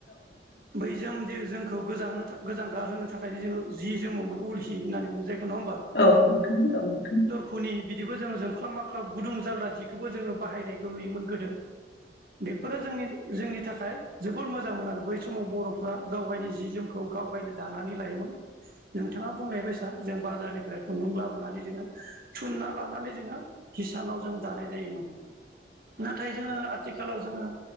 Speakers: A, on the right; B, on the left.
A: बैजों दि जोंखौ गोजांनो था गोजांगा होनो थाखाय जोङो जि जोमोमोन उल हि होननानै बुङो जायखौ नङा होमबा
B: औ नोंथां औ नोंथां
A: खुनि बिदिबो जोङो जोंख्लाब माख्लाब गुदुं जाग्रा जिखौबो जोङो बाहायनायखौ नुयोमोन गोदो। बेफोरो जोंनि जोंनि थाखाय जोबोर मोजांमोन आरो बै समाव बर'फ्रा गाव गायनि जि जोमखौ गावगायनो दानानै लायोमोन। नोंथाङा बुंनाय बायसा जों बाजारनिफ्राय खुन्दुं लाबोनानै जोङो थुनना लानानै जोङो किसानाव जों दानाय जायोमोन नाथाय जोङो आथिखालाव जोङो